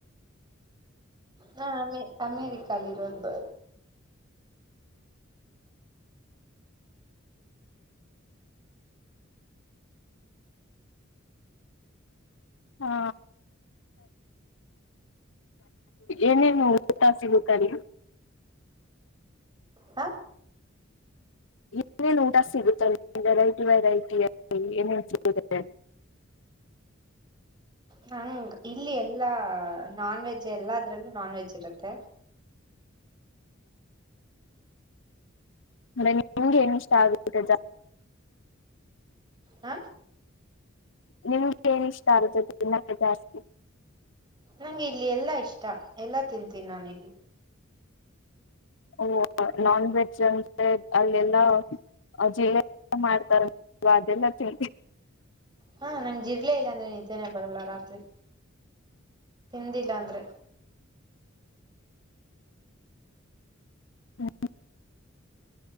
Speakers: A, on the right; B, on the left.
A: ಹಾ ಅಮೇ ಅಮೇರಿಕದಲ್ಲಿ ಇರೋದು
B: ಹಾ ಏನೇನು ಊಟಾ ಸಿಗುತ್ತಲ್ಲಿ
A: ಹಾ
B: ಏನೇನ್ ಊಟ ಸಿಗುತ್ತಲ್ಲ ವೆರೈಟಿ ವೆರೈಟಿ ಏನೇನ್ ಸಿಗುತ್ತೆ ಅಲ್ಲಿ
A: ನಂಗ್ ಇಲ್ಲಿ ಎಲ್ಲಾ ನಾನ್ ವೆಜ್ ಎಲ್ಲಾ ಅದ್ರಲ್ಲೂ ನಾನ್ ವೆಜ್ ಇರುತ್ತೆ
B: ಅಂದ್ರೆ ನಿಮ್ಗೆ ಏನ್ ಇಷ್ಟ ಆಗುತ್ತೆ ಜಾ
A: ಹಾ
B: ನಿಮ್ಗೆ ಏನ್ ಇಷ್ಟ ಆಗತನ್ನ ಜಾಸ್ತಿ <inaudible>
A: ನಂಗೆ ಇಲ್ಲಿ ಎಲ್ಲಾ ಇಷ್ಟ ಎಲ್ಲಾ ತಿಂತೀನಿ ನಾನು ಇಲ್ಲಿ
B: ಓ ನಾನ್ ವೆಜ್ ಅಂದ್ರೆ ಅಲ್ಲೆಲ್ಲಾ ಜಿರಲೆ ಮಾಡ್ತಾರವಾ ಅದೆಲ್ಲ ತಿಳ್
A: ಹಾ ನಂಗ್ ಜಿರ್ಲೆ ಇಲ್ಲ ಅಂದ್ರೆ ನಿದ್ದೇನೆೇ ಬರಲ್ಲ ರಾತ್ರಿ ತಿಂದಿಲ್ಲ ಅಂದ್ರೆ
B: ಹಾ